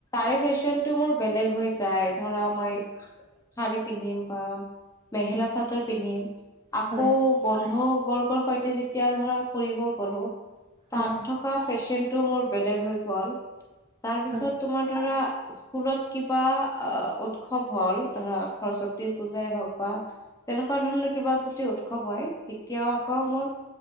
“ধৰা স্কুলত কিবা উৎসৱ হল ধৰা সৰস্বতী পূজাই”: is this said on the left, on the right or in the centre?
Left